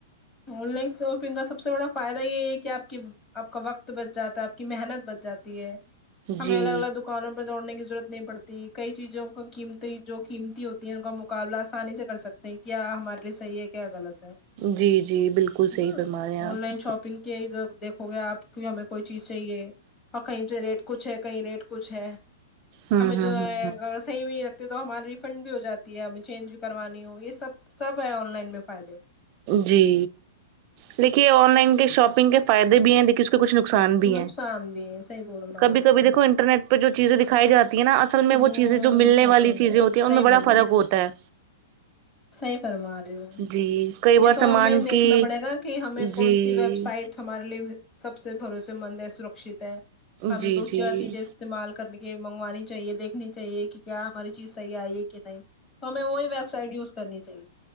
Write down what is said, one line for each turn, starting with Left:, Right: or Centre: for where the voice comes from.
Left: آن لائن شاپنگ کا سب سے بڑا فائدہ یہ ہے کہ آپ کی آپ کا وقت بچ جاتا ہے آپ کی محنت بچ جاتی ہے ہمیں
Right: جی
Left: الگ الگ دکانوں پ دوڑنے کی ضرورت نہیں پڑتی کئی چیزوں کا قیمتی جو قیمتی ہوتی ہے ان کا مقابلہ آسانی سے کر سکتے ہیں کیا ہمارے لیے صحی ہے کیا غلط ہے
Right: جی جی بالکل صحیح
Left: نا
Right: فرما رہے ہیں آپ
Left: آن لائن شاپنگ کے ا دیکھو گے آپ کی ہمیں کوئی چیز چاہیے اور کہیں سے ریٹ کچھ ہے کہیں ریٹ کچھ ہے
Right: ہوں
Left: ہمیں
Right: ہوں
Left: جو ہے
Right: ہوں
Left: صحیح نہیں رکھتے تو ہماری ریفنڈ بھی ہو جاتی ہے ہمیں چینج بھی کروانی ہو یہ سب سب ہے آن لائن میں فائدے
Right: جی لیکے آن لائن کے شاپنگ کے فائدے بھی ہیں لیک کچھ نقصان بھی ہے
Left: نقصان بھی ہے صحیح بول مارے
Right: کبھی کبھی
Left: آپ
Right: دیکھو انٹرنیٹ پہ جو چیزیں دکھائی جاتی نا اصل میں
Left: ہ
Right: وہ چیزیں جو ملنے
Left: ہوتے
Right: والی چیزیں ہوتی ہیں
Left: صحیح
Right: ان میں
Left: بولے
Right: بڑا فرق ہوتا ہے
Left: صحیح فرما رہے ہو
Right: جی کئی بار
Left: یہ تو
Right: سامان
Left: ہمیں دیکھنا
Right: کی
Left: پڑے گا کہ ہمیں کون
Right: جی
Left: سی ویب سائٹ ہمارے لیے سب سے بھروسے مند ہے سرکت ہے ہمیں
Right: جی
Left: دو
Right: جی
Left: چار چیزیں استعمال کرنے کے منگوانی چاہیے دیکھنی چاہیے کہ کیا ہماری چیز صحیح آئے کہ نہیں تو ہمیں وہی ویب سائٹ یوز کرنی چاہیے